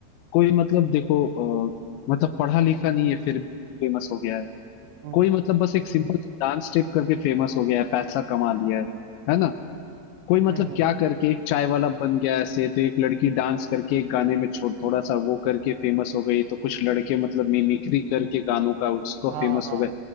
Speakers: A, on the left; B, on the right.
A: कोई मतलब देखो अ, मतलब पढ़ा लिखा नहीं है फिर फेमस हो गया है
B: हम्म
A: कोई मतलब बस एक सिंपल डांस स्टेप करके फेमस हो गया है पैसा कमा लिया है है ना कोई मतलब
B: हम्म हम्म,
A: क्या करके एक चाय वाला बन गया ऐसे तो एक लड़की डांस करके एक गाने में छोड़ थोड़ा सा वो करके फेमस हो गई तो कुछ लड़के मतलब मिमिक्री करके
B: हम्म,
A: गानों का उसको
B: हाँ
A: फेमस
B: हाँ
A: हो गए